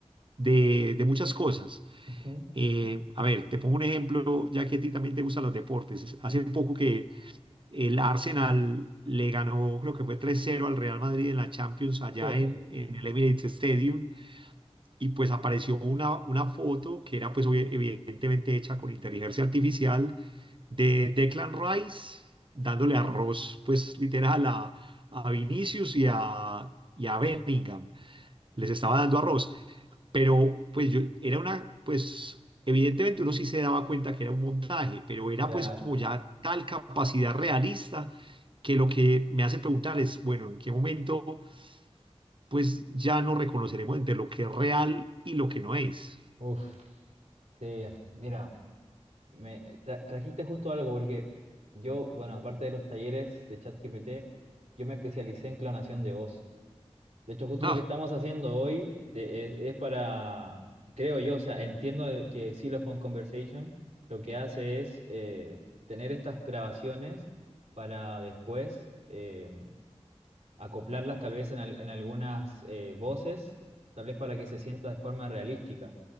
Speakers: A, on the right; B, on the right.
A: de, de muchas cosas.
B: Ujú.
A: Eh, a ver, te pongo un ejemplo, ya que a ti también te gustan los deportes. Hace poco que el Arsenal le ganó, creo que fue tres cero al Real Madrid en la Champions allá
B: Sí,
A: en, en el Emirates Stadium y pues apareció una, una foto que era pues obvi- evidentemente hecha con inteligencia artificial de Declan Rice dándole arroz pues literal a, a Vinicius y a, y a Bellingham. Les estaba dando arroz, pero pues yo era una pues evidentemente uno sí se daba cuenta que era un montaje, pero era
B: claro.
A: pues como ya tal capacidad realista que lo que me hace preguntar es, bueno, ¿en qué momento pues ya no reconoceremos entre lo que es real y lo que no es?
B: Uf, sí, mira, me tra- trajiste justo algo, porque yo, bueno, aparte de los talleres de ChatGPT, yo me especialicé en clonación de voz. De hecho, justo
A: Ah,
B: lo que estamos haciendo hoy de- es, es para, creo yo, o sea, entiendo el- que Xylophone Conversation lo que hace es eh, tener estas grabaciones para después eh, acoplarlas tal vez en, al- en algunas eh, voces, tal vez para que se sienta de forma realística